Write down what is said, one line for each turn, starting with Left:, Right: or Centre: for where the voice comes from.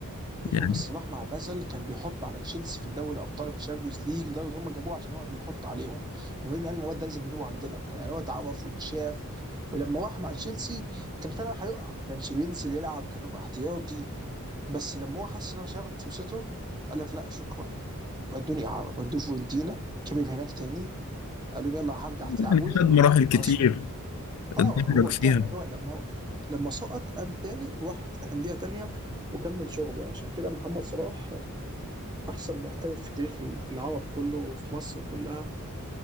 Right: ايوه
Left: يعني
Right: بس صلاح مع بازل كان بيحط على تشيلسي في الدوري الابطال والشامبيونز ليج لدرجه ان هم جابوه عشان هو بيحط عليهم مورينيو قال ان الواد ده لازم نجيبه عندنا وكان يعني هو اتعرف واتشاف ولما راح مع تشيلسي كان فعلا هيقع ما كانش بينزل يلعب كان بيبقى احتياطي بس لما هو حس ان هو مش هياخد فرصته قال لك لا شكرا ودوني اعاره ودوه فيورنتينا كبر هناك تاني قال لهم يلا هرجع
Left: يعني
Right: تلعبوا لي
Left: خد
Right: قالوا
Left: مراحل
Right: لا
Left: كتير
Right: اسود
Left: اتدرج
Right: اه هو
Left: فيها
Right: تعب يعني هو لما لما سقط قام تاني وراح في انديه تانيه وكمل شغله يعني عشان كده محمد صلاح احسن محترف في تاريخ العرب كله وفي مصر كلها